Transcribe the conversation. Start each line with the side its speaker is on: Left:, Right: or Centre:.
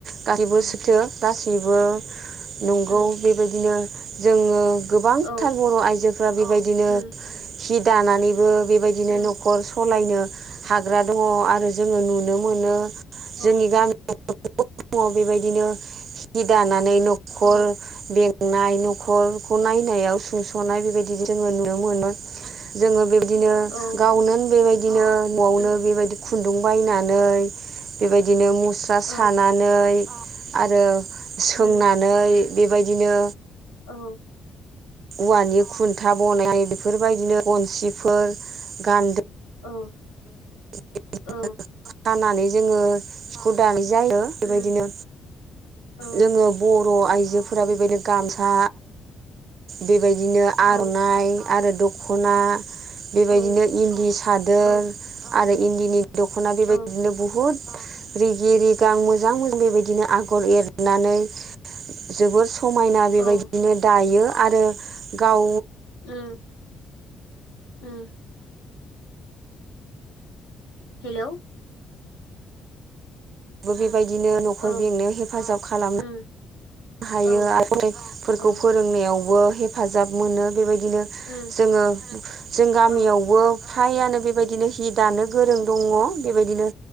Right: गासैबो
Left: औ
Right: सैथो गासैबो नंगौ
Left: उम
Right: बेबायदिनो जोङो गोबांथार
Left: औ
Right: बर' आइजोफ्रा बेबायदिनो
Left: उम
Right: हि दानानैबो बेबायदिनो
Left: उम
Right: न'खर सलायनो हाग्रा दङ' आरो जोङो नुनो मोनो जोंनि
Left: औ
Right: गामि <unintelligible> बेबायदिनो हि दाना नै न'खर
Left: औ
Right: बेंनाय न'खरखौ
Left: औ
Right: नायनायाव सुंस' नाय बेबायदि जोङो नुनो मोनो जोङो बेबदिनो
Left: औ
Right: गावनो बेबाय दिनो न'आवनो
Left: उम
Right: बेबायदि खुन्दुं बायनानै बेबायदिनो मु स्रा
Left: औ
Right: सानानै आरो सोंनानै
Left: उम
Right: बेबायदिनो
Left: औ
Right: औवानि खुन्था बनायनाय बेफोरबायदिनो बनसिफोर गान्दो
Left: औ
Right: <inaudible>
Left: औ
Right: खानानै जोङो जिखौ दा जायो बेबायदिनो
Left: उम औ
Right: जोङो ब बर' आइजोफोरा बेबायदिनो गामसा बेबायदिनो आर'नाइ
Left: औ
Right: आरो दख'ना बेबायदिनो
Left: औ
Right: इन्दि सादोर
Left: औ
Right: आरो इन्दिनि दख'ना बेबायदिनो
Left: औ
Right: बुहुत रिगि रिगां मोजां मोजां बेबायदिनो आगर एरनानै जोबोर समायना
Left: औ
Right: बेबायदिनो दायो आरो गाव
Left: उम उम हेलौ।
Right: बो बेबायदिनो न'खर
Left: औ
Right: बेंनायाव हेफाजाब खालामो
Left: उम
Right: हायो
Left: औ
Right: आरो बेफोरखौ
Left: औ
Right: फोरोंनायावबो हेफाजाब मोनो बेबायदि बिदिनो
Left: उम
Right: जोङो जों गामियावबो
Left: औ
Right: हायानो बेबायदिनो हि दानो गोरों दङ बेबायदिनो